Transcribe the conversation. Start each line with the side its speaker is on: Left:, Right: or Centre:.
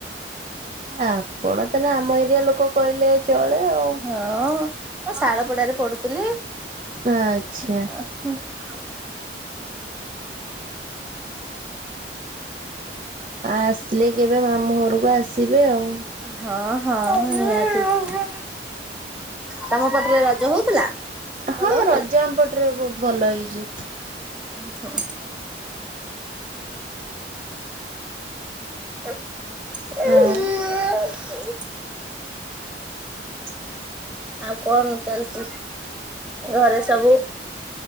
Right: ଆପଣ ତାନେ ଆମ ଏରିଆ ଲୋକ କହିଲେ ଚଳେ ଆଉ।
Centre: ହଁ ମୁଁ ଶାଳପଡାରେ ପଢୁଥିଲି।
Right: ଆଚ୍ଛା।
Centre: ହୁଁ।
Right: ଆ ଆସିଲେ କେବେ ମାମୁଁ ଘରକୁ ଆସିବେ ଆଉ।
Centre: ହଁ ହଁ, ନିହାତି। ତମ ପଟରେ ରଜ ହଉଥିଲା? ଭଲ
Right: ହଁ
Centre: ହଉଥିଲା?
Right: ରଜ ଆମପଟରେ ବୋହୁତ୍ ଭଲ ହେଇଛି।
Centre: ଉଁ ହୁଁ। <unintelligible>
Right: ଆଉ। <unintelligible>
Centre: ଆଉ କଣ ଚାଲିଛି? ଘରେ ସବୁ